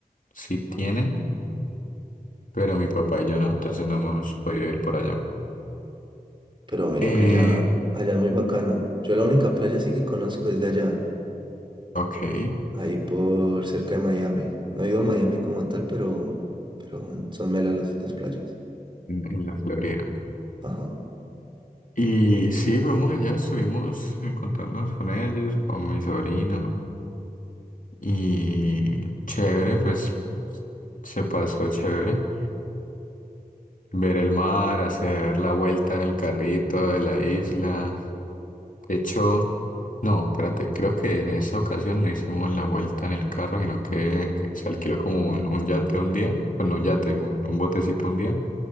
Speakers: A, on the left (about 55°); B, on the right (about 30°).
A: sí tienen, pero mi papá y yo no, entonces no hemos podido ir por allá.
B: Pero mira
A: Eh,
B: que allá, allá es muy bacano. Yo la única playa sí que conozco es de allá,
A: ok, en,
B: ahí por cerca de Miami. No he ido a Miami como tal, pero, pero son, son melas las las playas.
A: en la Florida.
B: Ajá.
A: Y sí, fuimos allá, estuvimos encontrándonos con ellos, con mi sobrino, y chévere, pues se pasó chévere. Ver el mar, hacer la vuelta en el carrito de la isla. De hecho, no, espérate, creo que en esa ocasión no hicimos la vuelta en el carro, sino que se alquiló como un, un yate un día, pues no un yate, un, un botecito un día,